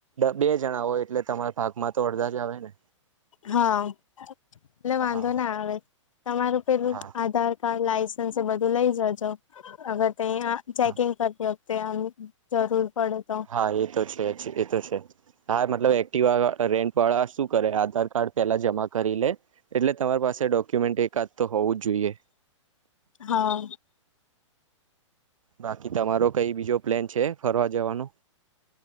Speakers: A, on the right; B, on the left.
A: બે જણા હો એટલે તમારા ભાગમાં તો અડધા જ આવે ને.
B: હા. એટલે વાંધો
A: હા
B: ના આવે તમારું પેલું
A: હા
B: આધાર કાર્ડ લ બધું લઈ જજો અગર તે ચેકિંગ
A: હા
B: કરતી તે જરૂર પડે તો
A: હા એ તો છે, એ તો છે, હા મતલબ એક્ટિવ રેન્ટ વાળા શું કરે, આધાર કાર્ડ પેલા જમા કરી લે એટલે તમારી પાસે ડોક્યુમેન્ટ એકાદ તો હોવું જ જોઈએ,
B: હા
A: બાકી તમારો કઈ બીજો પ્લેન છે, ફરવા જવાનો?